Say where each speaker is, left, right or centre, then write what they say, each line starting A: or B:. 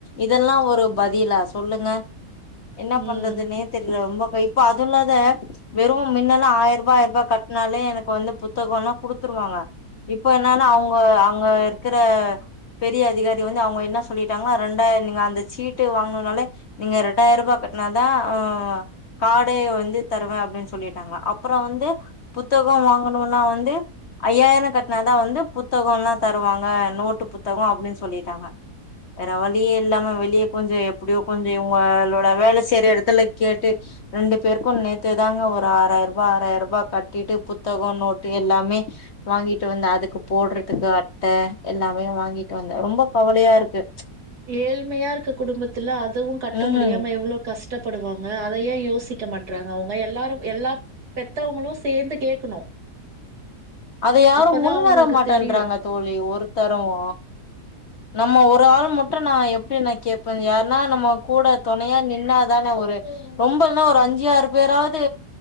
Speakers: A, on the left; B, on the right.
A: இதெல்லாம் ஒரு பதிலா சொல்லுங்க என்ன
B: ம்
A: பண்றதுன்னே தெரியல ரொம்ப இப்ப அது இல்லாத வெறும் மின்னல்லாம் வெறும் ஆயாருப்பா ஆயாருப்பா கட்டினாலே எனக்கு வந்து புத்தகம் எல்லாம் குடுத்துருவாங்க இப்ப என்னன்னா அவங்க அங்க இருக்கிற பெரிய அதிகாரி வந்து அவங்க என்ன சொல்லிட்டாங்கன்னா ரெண்டு அந்த சீட்டு வாங்கனால நீங்க இரண்டாயிரம் ரூபாய் கேட்டானாதான் ம்ம் கார்டே வந்து தருவேன் அப்டின்னு சொல்லிட்டாங்க அப்பறம் வந்து புத்தகம் வாங்கும்னா வந்து ஐயாயிரம் கட்னாதான் வந்து புத்தகம்ல்லாம் தருவாங்க நோட்டு புத்தகம் அப்படனு சொல்லிட்டாங்க வேற வழியே இல்லாம வெளியே கொஞ்சம் எப்டியோ கொஞ்சம் இங்களோட வேல செய்ற இடத்துல கேட்டு ரெண்டு பேருக்கும் நேத்தேதாங்க ஒரு ஆறாயிரம் ரூபாய் ஆறாயிரம் ரூபாய் கட்டிட்டு புத்தகம் நோட்டு எல்லாமே வாங்கிட்டு வந்தேன் அதுக்கு போடுறதுக்கு அட்ட எல்லாமே வாங்கிட்டு வந்தே ரொம்ப கவலையா இருக்கு
B: ஏழ்மையா இருக்க குடும்பத்துல அது வும் கட்ட
A: ம்
B: முடியாம எவ்வளவு கஷ்டப்படுவாங்க அதய யோஸ் யோசிக்க மாட்டறாங்க அவங்க எல்லாரும் எல்லா பெத்தவங்களும் சேர்ந்து கேட்கணும்
A: அத யாரும்
B: அப்பதான்
A: முன்
B: அவங்களுக்கு
A: வர மாட்டேன்றறாங்க
B: தெரியும்.
A: தோழி ஒரு தரும் நம்ம ஒரு ஆள் மட்டும் நான் எப்படி நான் கேபேன் யாருன்னா நம்ம கூட துணையா நின்னாதானே ஒரு ரொம்ப இனா ஒரு அஞ்சு ஆறு பேராவது